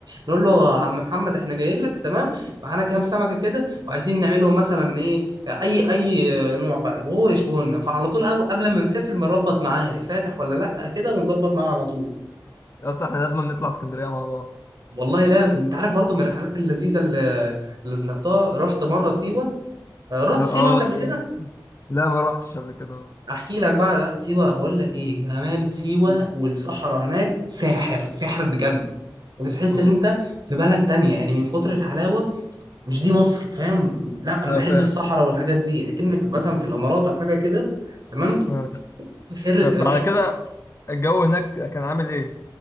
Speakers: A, on the right (about 55°); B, on the left (about 35°).
A: نقول له يا عم محمد احنا جايين لك تمام معانا كام سمكه كده وعايزين نعملهم مثلا ايه اي اي نوع بقى وهو يشوه لنا فعلى طول أو قبل ما نسافر بنربط معاه فاتح ولا لا كده ونظبط معاه على طول
B: اصل احنا لازم نطلع اسكندريه مع بعض
A: والله لازم انت عارف برضه من الرحلات اللذيذه اللي اللي طلعتها رحت مره سيوه آه، رحت
B: اه
A: سيوه انت
B: آه،
A: قبل
B: سيبك.
A: كده
B: لا ما روحتش قبل كده
A: احكي لك بقى لا، سيوه بقول لك ايه جمال سيوه
B: مم.
A: والصحراء هناك ساحر ساحر بجد انت بتحس
B: والله
A: ان انت في بلد تانية يعني من كتر الحلاوة مش دي مصر فاهم لا انا
B: اه
A: بحب
B: فاهم
A: الصحراء والحاجات دي اكنك مثلا في الامارات او حاجة كده تمام
B: آه.
A: حر
B: بس
A: رحنا
B: على كده الجو هناك كان عامل ايه؟